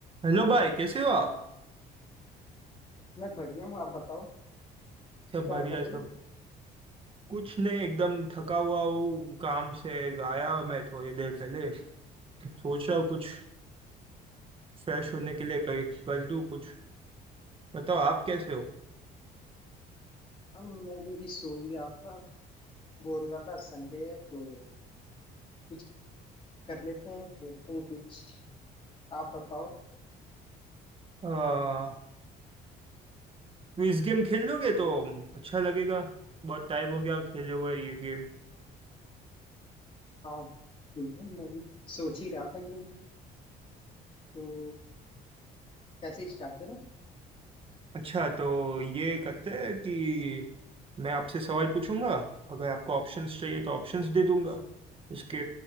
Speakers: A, on the right; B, on the left.
A: Hello भाई कैसे हो आप
B: मैं बढ़िया हूँ आप बताओ
A: सब
B: क्या
A: बढ़िया
B: कर रहे
A: सब
B: हो
A: कुछ नहीं एकदम थका हुआ हूँ काम से आया मैं थोड़ी देर पहले सोच रहा हूँ कुछ फ्रेश होने के लिए कर, कर दूँ कुछ बताओ आप कैसे हो
B: हम मैं भी अभी सो ही रहा था बोर हो रहा था संडे है तो कुछ कर लेते हैं खेलते हैं कुछ आप बताओ
A: आ, क्विज गेम खेल लोगे तो अच्छा लगेगा बहुत टाइम हो गया खेले हुए ये गेम
B: हाँ ठीक है मैं भी सोच ही रहा था यही तो कैसे स्टार्ट करें
A: अच्छा तो ये करते हैं कि मैं आपसे सवाल पूछूंगा अगर आपको ऑप्शंस चाहिए तो ऑप्शंस दे दूंगा उसके